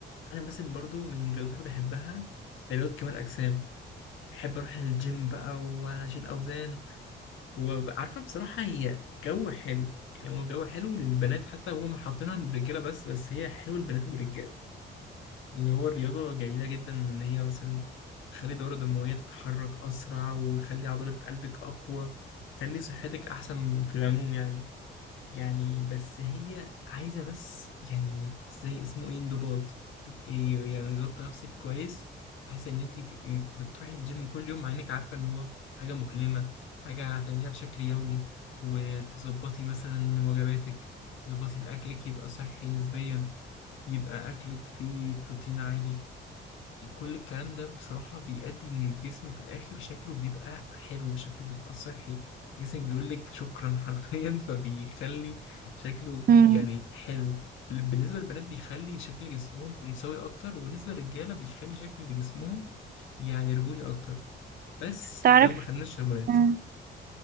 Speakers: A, on the left; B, on the right.
A: أنا مثلا برضه من الرياضات اللي بحبها رياضة كمال الأجسام بحب أروح الجيم بقى وأشيل أوزان وعارفة بصراحة هي جو حلو يعني هو جو حلو للبنات حتى هم حاطينها للرجالة بس بس هي حلوة للبنات والرجالة ان هو الرياضه جميله جدا ان هي مثلا تخلي الدوره الدمويه تتحرك اسرع وتخلي عضله قلبك اقوى تخلي صحتك احسن في العموم يعني يعني بس هي عايزه بس يعني زي اسمه ايه انضباط تبقي يعني ظابطه نفسك كويس حاسه ان انت تبقي بتروحي الجيم كل يوم مع انك عارفه ان هو حاجه مؤلمه حاجه هتعمليها بشكل يومي وتظبطي مثلا وجباتك تظبطي الاكلك يبقى صحي نسبيا يبقى اكلك فيه بروتين عالي كل الكلام ده بصراحة بيؤدي إن الجسم في الآخر شكله بيبقى حلو شكله بيبقى صحي جسمك بيقول لك شكرا حرفيا <laughs> فبيخلي شكله
B: أمم.
A: يعني حلو بالنسبة للبنات بيخلي شكل جسمهم أنثوي أكتر وبالنسبة للرجالة بيخلي شكل جسمهم يعني رجولي أكتر بس
B: تعرف
A: لو ما خدناش هرمونات
B: أمم.